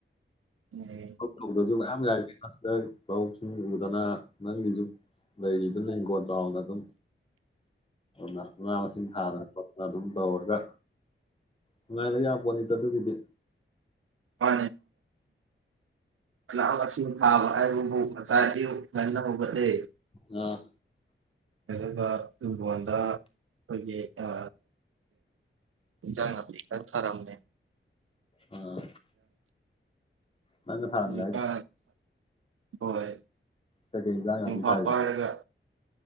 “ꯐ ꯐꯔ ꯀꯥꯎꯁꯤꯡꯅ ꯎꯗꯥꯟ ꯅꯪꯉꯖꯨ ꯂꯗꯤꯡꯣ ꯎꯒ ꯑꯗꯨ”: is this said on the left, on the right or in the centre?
Left